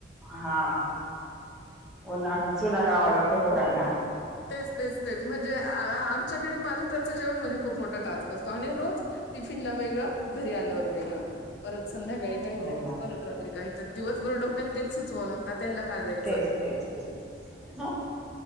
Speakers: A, in the centre; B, on the left.
A: हा होनां आता चुना लावावां लागतो पोरांना
B: तेच तेच तेच म्हणजे आ आ आमच्याकडे मला त्याचं जेवण म्हणजे खूप मोठा टास्क असतो आणि रोज टिफिनला वेगळं घरी आल्यावर वेगळं परत संध्याकाळी काहीतरी
A: हो ना
B: परत रात्री काही तर दिवसभर डोक्यात तेच सुचवावं लागत आता ह्याला काय द्यायचं
A: तेच तेच तेच